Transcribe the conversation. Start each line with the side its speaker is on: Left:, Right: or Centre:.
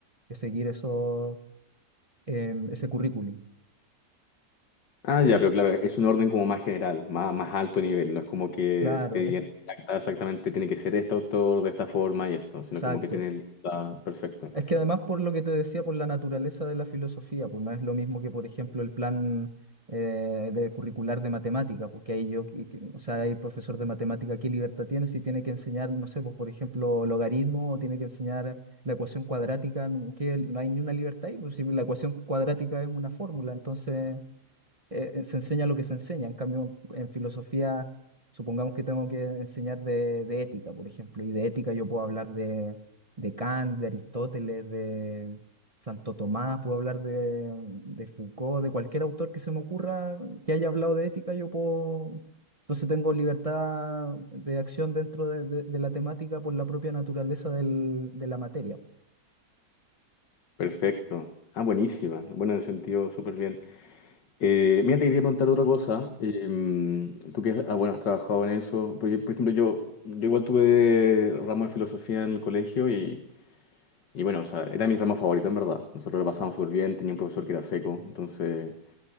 Right: que seguir eso, em, ese currículum.
Left: Ah, ya, pero claro, es un orden como más general, más, más alto nivel, no es como que
Right: Claro,
Left: te digan
Right: es-
Left: "Ah, exactamente tiene que ser este autor de esta forma y esto, sino
Right: exacto.
Left: como que tienes libertad, perfecto,
Right: Es que además por lo que te decía, por la naturaleza de la filosofía, pues no es lo mismo que, por ejemplo, el plan eh, de curricular de matemática, porque ahí yo, que- que- o sea, el profesor de matemática, ¿qué libertad tiene si tiene que enseñar, no sé, pues por ejemplo, logaritmo o tiene que enseñar la ecuación cuadrática? No- Que no hay ni una libertad ahí, pues si la ecuación cuadrática es una fórmula, entonces eh, eh, se enseña lo que se enseña. En cambio, en filosofía, supongamos que tengo que enseñar de, de ética, por ejemplo, y de ética yo puedo hablar de, de Kant, de Aristóteles, de Santo Tomás, puedo hablar de, de Foucault, de cualquier autor que se me ocurra que haya hablado de ética, yo puedo... Entonces tengo libertad de acción dentro de, de- de la temática por la propia naturaleza del- de la materia.
Left: perfecto. Ah, buenísima. Bueno, en ese sentido, súper bien. Eh, mira, te quería preguntar otra cosa. Em, tú que ah, bueno, has trabajado en eso. Porque, por ejemplo, yo, yo igual tuve ramo de filosofía en el colegio y, y bueno, o sea, era mi ramo favorito en verdad. Nosotros lo pasamos súper bien, tenía un profesor que era seco, entonces